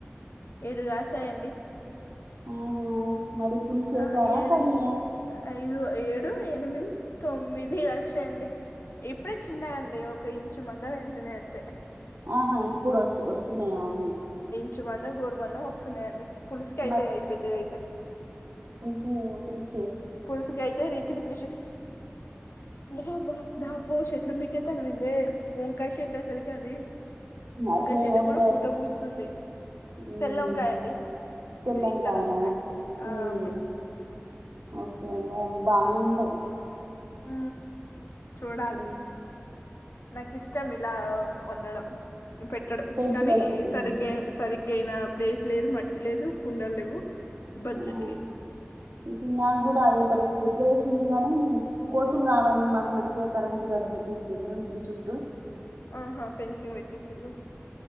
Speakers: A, on the left (about 80°); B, on the right (about 70°).
A: ఏడు కాచాయండి
B: ఆహా మరి పులుసు వేసారా
A: ఆహా ఏడు
B: కర్రీయా
A: ఐదు ఏడు ఇప్పుడు ఎనిమిది తొమ్మిది లక్షాయండి ఇప్పుడే చిన్నయండి ఒక ఇంచు మంద వెలిసిన అంతే
B: ఆహా ఇప్పుడు వ స్న్యను
A: మంచంచి మందం గోరు మందం వస్తున్నాయండి పులిస్కి అయితేయి
B: మరి
A: పెద్దగా అయితే
B: ఇ
A: పుల్సుకియితే ర ఇతికి త్రిషు వా్ వా నా పోష లు మీికే తన మీందే య చెషట్ సరికి అది వంకా
B: అసలే
A: చెట్టు
B: వంకాయ
A: కూడా పూత పూస్తుంది
B: హ్మ్
A: తెల్ల వంకాయండి
B: తెల్లంకాయనా
A: గ్రీన్ కలర్ వంకాయ
B: హ్మ్
A: అవును
B: ఓకే అండి అవి బానే ఉంటాయి
A: హ చూడాలి
B: హ్మ్
A: నాకు ఇష్టం ఇలా మండలం పెట్టడం
B: పెంచుకోవడం
A: కానీ
B: హ్మ్
A: సరిగగా సరిగగా ఇంకైనా ప్లేస్ లేదు మట్టి లేదు కుండ లేవు బజెట్లీ
B: ఆ ఇప్పుడు నాకు కూడా అదే పరిస్థితి ప్లేస్ ఉంది కాని కోతులు రావండి మాకు మంచిగా కరెంట్ కది పెట్టిచ్చ ఇళ్ళలు ఇంటి చుట్టూ
A: ఆహా ఫెన్సింగ్ పెట్టి చిల్లు